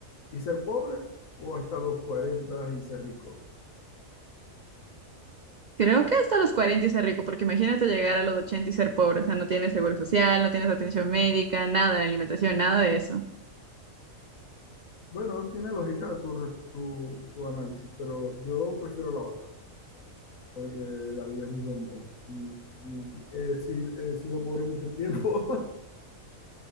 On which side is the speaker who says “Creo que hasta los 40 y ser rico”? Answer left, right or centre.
Right